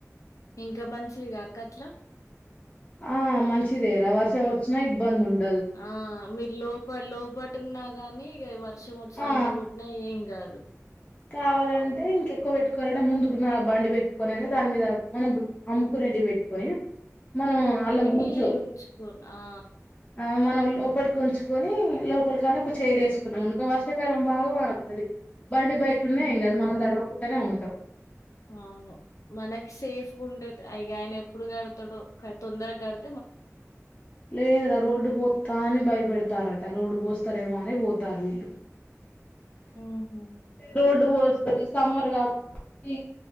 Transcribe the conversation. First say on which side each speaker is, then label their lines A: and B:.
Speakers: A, on the left; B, on the left.
A: ఇంకా మంచిది కాకట్లా
B: ఆ మంచిదేరా వర్షం వచ్చిన ఇబ్బంది ఉండ
A: ఆ మీర్ లోపల లోపల్ పట్రున్నా గానీ ఇక ఎవర్ వర్షం వచ్చిన
B: ఆ
A: ఎండగోట్టిన ఏం కాదు
B: కావాలంటే ఇంకెక్కువ పెట్టుకోవాలన్న ముందు నా బండి పెట్టుకోని దాని మీద మనం అమ్ముకునేది పెట్టుకొని మనం
A: లోపటికి
B: అల్ల కూర్చో
A: ఉంచుకోవాల ఆ
B: ఆ మనం లోపటికి ఉంచుకొని లోపల కాని ఒక చైర్ వేసుకున్నాం. అనుకో వర్షాకాలం బాగా వానవత్తది. బండి బయట ఉన్న
A: హ్మ్.
B: ఏం కాదు మనం తడవకుంటనే ఉం త
A: అవును మనకి సేఫ్ ఉండేట అయి ఆయన ఎప్పుడు కడతాడో తొందరగా గడ్
B: లేదురా రోడ్డు పోత్త అని భయపడతార రోడ్డు పోస్తారేమో అనే పోతారు వీళ్ళు
A: హ్ హు
B: రోడ్డు పోస్తుంది. సమ్మర్ కాబట్టి